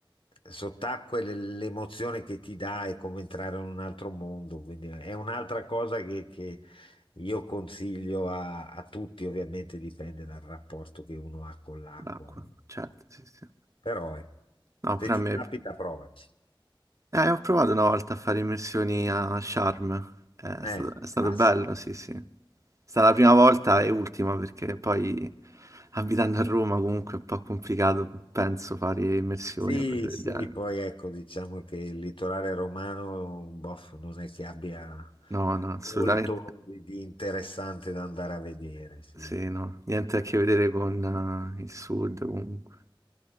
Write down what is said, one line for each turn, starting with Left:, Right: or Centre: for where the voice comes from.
Left: sott'acqua e le- l'emozione che ti dà è come entrare in un altro mondo. Quindi è un'altra cosa che, io consiglio a, a tutti, ovviamente dipende dal rapporto che uno ha con l'acqua,
Right: l'acqua,
Left: eh.
Right: certo, sì, sì.
Left: però ecco,
Right: No,
Left: se
Right: pure
Left: ti
Right: a me...
Left: capita provaci.
Right: Eh, ho provato una volta a fare immersioni a Sharm, eh, è
Left: Eh,
Right: stato, è stato
Left: classico.
Right: bello, sì, sì. stata la prima volta e ultima perché poi abitando a Roma comunque è un po' complicato, penso, fare immersioni
Left: Sì,
Right: o cose del
Left: sì,
Right: genere.
Left: poi ecco, diciamo che il litorale romano, boh, non è che abbia
Right: No, no, assolutamente
Left: molto di di interessante da andare a vedere, sì,
Right: sì, no, niente a che vedere con eh, il sud comunque.